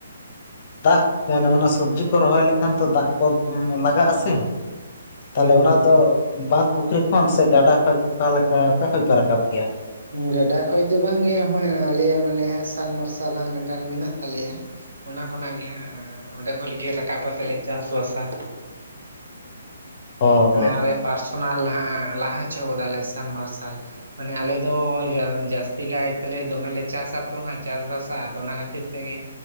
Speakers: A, on the left; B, on the right.
A: ᱫᱟᱜ ᱠᱚ ᱢᱟᱱᱮ ᱚᱱᱟ ᱥᱚᱵᱽᱡᱤ ᱠᱚ ᱨᱚᱦᱚᱭ ᱞᱮᱠᱷᱟᱱ ᱛᱚ ᱫᱟᱜ ᱠᱚ ᱩᱸ ᱞᱟᱜᱟᱜ ᱟᱥᱮ ᱾ ᱛᱟᱦᱞᱮ
B: ᱦᱳᱭ ᱦᱳᱭ
A: ᱚᱱᱟ ᱫᱚ ᱵᱟᱸᱫ ᱯᱩᱠᱷᱨᱤ ᱠᱷᱚᱱ ᱥᱮ ᱜᱟᱰᱟ ᱠᱷᱚᱡ ᱚᱠᱟ ᱞᱮᱠᱟ ᱚᱠᱟ ᱠᱷᱚᱡ ᱯᱮ ᱨᱟᱠᱟᱵ ᱜᱮᱭᱟ?
B: ᱜᱟᱰᱟ ᱠᱷᱚᱡ ᱫᱚ ᱵᱟᱝ ᱜᱮ ᱢᱟ ᱟᱞᱮᱭᱟᱜ ᱢᱟᱱᱮ ᱦᱟᱜ ᱥᱟᱞ ᱢᱟᱨᱥᱟᱞ ᱦᱟᱜ ᱢᱮ ᱴᱟᱱ ᱢᱮᱱᱟᱜ ᱛᱟᱞᱮᱭᱟ, ᱚᱱᱟ ᱠᱷᱚᱱᱟᱜ ᱜᱮ ᱦᱟᱸᱜ ᱚᱸᱰᱮ ᱠᱷᱚᱞ ᱜᱮ ᱨᱟᱠᱟᱵ ᱠᱟᱛᱮ ᱞᱮ ᱪᱟᱥ ᱵᱟᱥᱟ ᱾
A: ᱚ
B: ᱢᱟᱱᱮ
A: ᱚ
B: ᱟᱞᱮ ᱯᱟᱨᱥᱚᱱᱟᱞ ᱦᱟᱜ ᱞᱟᱦᱟ ᱦᱚᱪᱚ ᱠᱟᱫᱟᱞᱮ ᱥᱟᱱ ᱢᱟᱨᱥᱟᱞ ᱾ ᱢᱟᱱᱮ ᱟᱞᱮ ᱫᱚ ᱡᱟᱹ ᱡᱟᱹᱥᱛᱤ ᱠᱟᱭ ᱛᱮ ᱞᱮ ᱫᱚᱢᱮ ᱪᱟᱥᱟ ᱛᱚ ᱦᱟᱸᱜ ᱪᱟᱥ ᱵᱟᱥᱟ, ᱟᱫᱚ ᱚᱱᱟ ᱠᱷᱟᱹᱛᱤᱨ ᱛᱮ ᱜᱮ